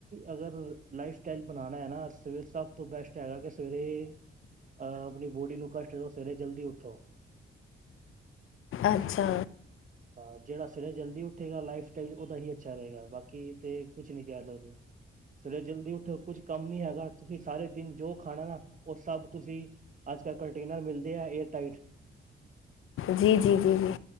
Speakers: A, on the right; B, on the left.
A: ਅਗਰ ਲਾਈਫ ਸਟਾਈਲ ਬਣਾਉਣਾ ਹੈ ਨਾ ਸਵੇਰੇ ਸਭ ਤੋਂ ਬੈਸਟ ਹੈਗਾ ਕਿ ਸਵੇਰੇ। ਅਹ ਆਪਣੀ ਬੋਡੀ ਨੂੰ ਕਸ਼ਟ ਦੋ ਸਵੇਰੇ ਜਲਦੀ ਉੱਠੋ।
B: ਅੱਛਾ।
A: ਹਾਂ, ਜਿਹੜਾ ਸਵੇਰੇ ਜਲਦੀ ਉੱਠੇਗਾ ਲਾਈਫ ਸ ਉਹਦਾ ਹੀ ਅੱਛਾ ਰਹੇਗਾ ਬਾਕੀ ਤੇ ਕੁਛ ਨੀ ਕਹਿ ਸਕਦੇ। ਸਵੇਰੇ ਜਲਦੀ ਉੱਠੋ ਕੁੱਝ ਕੰਮ ਨੀ ਹੈਗਾ ਤੁਸੀਂ ਸਾਰੇ ਦਿਨ ਜੋ ਖਾਣਾ ਨਾ ਓ ਸਭ ਤੁਸੀਂ ਅੱਜ ਕੱਲ ਕੰਟੇਨਰ ਮਿਲਦੇ ਐ ਏਅਰ ਟਾਈਟ
B: ਜੀ ਜੀ ਜੀ ਜੀ।